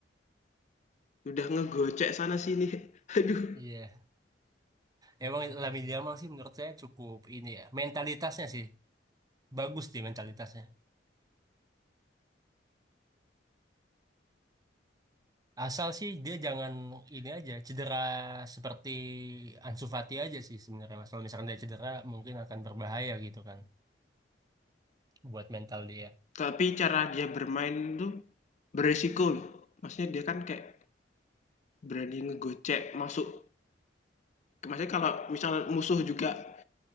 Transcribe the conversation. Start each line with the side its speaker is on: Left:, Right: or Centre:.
Left: udah ngegocek sana sini. <laughs> Aduh,
Right: Iya. Emang Lamine Yamal sih menurut saya cukup ini ya. Mentalitasnya sih bagus sih mentalitasnya. Asal sih dia jangan ini aja cedera seperti Ansu Fati aja sih sebenarnya. Mas. Kalau misalkan dia cedera mungkin akan berbahaya gitu kan buat mental dia.
Left: tapi cara dia bermain tuh beresiko loh. Maksudnya dia kan kayak berani ngegocek masuk maksudnya kalau misal musuh juga